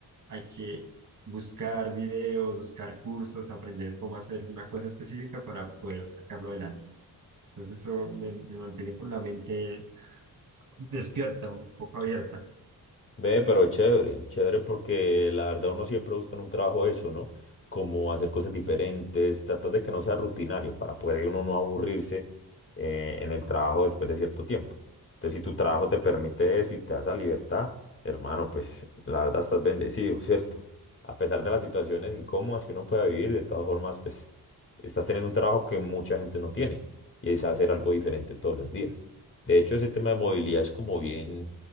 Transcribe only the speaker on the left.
Ve, pero chévere, chévere porque la verdad uno siempre busca en un trabajo eso, ¿no? Como hacer cosas diferentes, tratar de que no sea rutinario para poder uno no aburrirse eh, en el trabajo después de cierto tiempo. Entonces, si tu trabajo te permite eso y te da esa libertad, hermano, pues la verdad estás bendecido, ¿cierto? A pesar de las situaciones incómodas que uno pueda vivir, de todas formas, pues estás teniendo un trabajo que mucha gente no tiene y es hacer algo diferente todos los días. De hecho, ese tema de movilidad es como bien